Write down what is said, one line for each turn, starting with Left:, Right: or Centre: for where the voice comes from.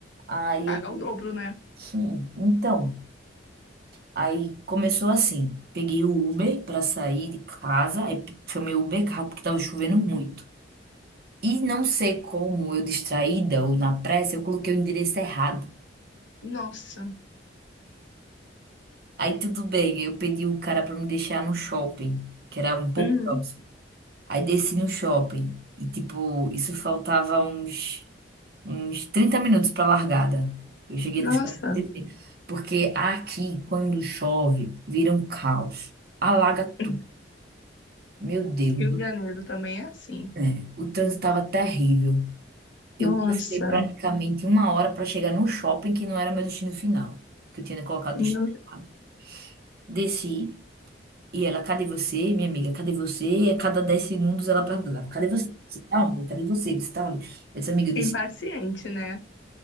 Right: Aí
Left: Paga
Right: eu falei,
Left: o dobro, né?
Right: "Hum, então, aí começou assim, peguei o Uber para sair de casa, aí pe- chamei o Uber carro porque tava chovendo muito. E não sei como, eu distraída ou na pressa, eu coloquei o endereço errado.
Left: Nossa,
Right: Aí tudo bem, eu pedi o cara pra me deixar no shopping, que era um pouco
Left: hum,
Right: próximo. Aí desci no shopping e tipo, isso faltava uns uns 30 minutos pra largada. Eu cheguei
Left: nossa.
Right: no shopping, porque aqui quando chove, vira um caos, alaga
Left: Hum,
Right: tudo. Meu Deus,
Left: Rio de Janeiro também é assim.
Right: é, o trânsito estava terrível.
Left: Nossa,
Right: Eu passei praticamente uma hora para chegar no shopping, que não era meu destino final, que eu tinha colocado o
Left: meu...
Right: destino errado. Desci, e ela, cadê você, minha amiga? Cadê você? E a cada 10 segundos ela perguntava, cadê você? Você tá onde? Cadê você? Você tá onde? Eu disse, amiga, eu desci,
Left: é impaciente, né?